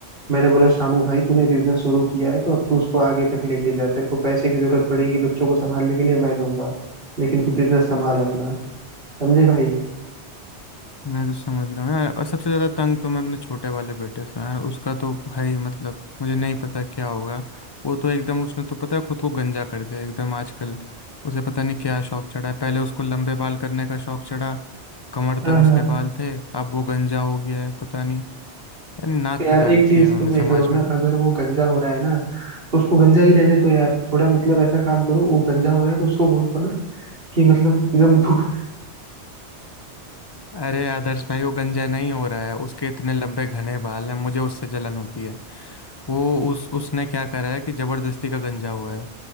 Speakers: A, on the right; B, on the left.
A: मैंने बोला सामू भाई तूने बिजनेस शुरू किया है तो अब तू उसको आगे तक लेके जा तेरे को पैसे की जरूरत पड़ेगी बच्चों को संभालने के लिए मैं दूंगा लेकिन तू बिजनेस संभाल अपना समझे भाई
B: मैं तो समझ रहा हूँ यार और सबसे ज़्यादा तंग तो मैं अपने छोटे वाले बेटे से हूँ यार उसका तो भाई मतलब मुझे नहीं पता क्या होगा वो तो एकदम उसने तो पता है खुद को गंजा कर दिया एकदम आजकल उसे पता नहीं क्या शौक चढ़ा है पहले उसको लंबे बाल करने का शौक चढ़ा कमर
A: हाँ
B: तक उसके
A: हाँ
B: बाल थे अब वो गंजा हो गया है पता नहीं यानी नाक
A: यार
B: कटा
A: एक
B: रखी
A: चीज
B: है इन्होंने
A: तुम
B: समाज
A: ये करो
B: में
A: ना अगर वो गंजा हो रहा है ना तो उसको गंजा ही रहने दो यार थोड़ा मतलब ऐसा काम करो वो गंजा हो रहा है तो उसको बोल दो ना कि मतलब जब <laughs> धूप
B: अरे आदर्श भाई वो गंजा नहीं हो रहा है उसके इतने लंबे घने बाल हैं मुझे उससे जलन होती है वो उस उसने क्या करा है कि जबरदस्ती का गंजा हुआ है